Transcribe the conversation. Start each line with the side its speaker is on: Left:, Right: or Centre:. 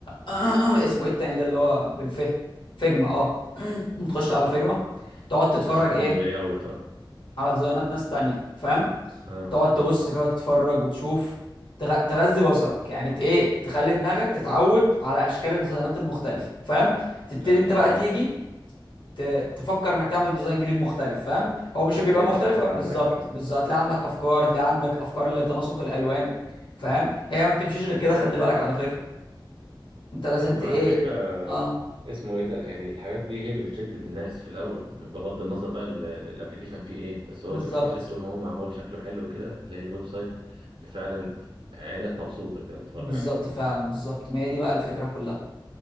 Left: <clears throat> اسمه ايه التاني ده اللي هو بالف فيجما اه <clears throat> تخش
Right: حلو
Left: على
Right: حلو.
Left: فيجما
Right: ما
Left: تقعد تتفرج
Right: انتش تعمل
Left: ايه
Right: اللاي اوت اه
Left: على ديزاينات ناس تانية فاهم
Right: اه
Left: تقعد
Right: اه
Left: تبص كده تتفرج وتشوف تغ... تغذي بصرك يعني ت- ايه تخلي دماغك تتعود على اشكال الديزاينات المختلفه فاهم تبتدي
Right: اي
Left: انت بقى
Right: اي
Left: تيجي ت... تفكر انك تعمل ديزاين جديد مختلف فاهم هو مش
Right: هتلاقي
Left: بيبقى مختلفه
Right: الافكار عندك
Left: بالظبط
Right: اه
Left: بالظبط هتلاقي عندك
Right: مم.
Left: افكار هتلاقي عندك افكار لتناسق الالوان فاهم هي ما بتمشيش غير كده خلي بالك على فكره انت لازم
Right: ايوه
Left: ت ايه
Right: على فكره آه،
Left: اه
Right: اسمه ايه ده يعني الحاجات دي هي اللي بتشد الناس في الاول بغض النظر بقى ال- الابليكيشن فيه ايه بس هو
Left: بالظبط
Right: الابليكيشن طول ما هو معمول شكله حلو كده تلاقي الويب سايت فعلا عينك مبسوطه كده تتفرج
Left: بالظبط
Right: عليه
Left: فعلا بالظبط ما هي دي بقى الفكره كلها